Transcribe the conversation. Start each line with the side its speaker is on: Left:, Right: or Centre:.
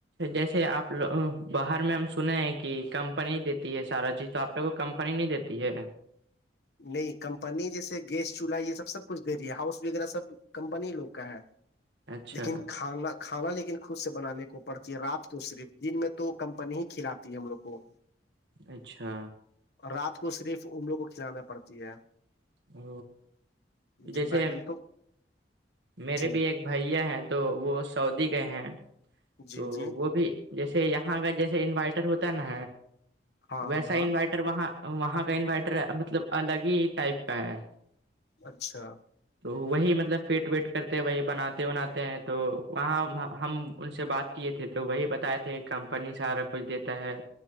Right: جیسے آپ باہر میں ہم سنے ہیں کہ کمپنی دیتی ہے سارا چیز تو آپ کو کمپنی نہیں دیتی ہے
Left: نہیں کمپنی جیسے گیس چولہا یہ سب سب کچھ دے رہی ہے ہاؤس وغیرہ سب کمپنی لوگ کا ہے
Right: اچھا
Left: لیکن کھانا کھانا لیکن خود سے بنانے کو پڑتی ہے رات تو صرف دن میں تو کمپنی ہی کھلاتی ہے ہم لوگ کو
Right: اچھا
Left: رات کو صرف املوں کو کھلانا پڑتی ہے
Right: ا جس
Left: جی بھائی جان تو
Right: میرے
Left: جی
Right: بھی ایک بھیا ہیں تو وہ سعودی گئے ہیں
Left: جی
Right: تو
Left: جی
Right: وہ بھی جیسے یہاں اگر جیسے انورائٹر ہوتا نا
Left: ہاں
Right: ویسا
Left: ہاں ہاں
Right: انوٹر وہاں وہاں کا انورٹر مطلب الگ ہی ٹائپ کا ہے
Left: اچھا
Right: تو وہی مطلب فیٹ ویٹ کرتے ہیں وہی بناتے وناتے ہیں تو وہاں ہم ان سے بات کیے تھے تو وہی بتائے تھے کمپنی سارا کچھ دیتا ہے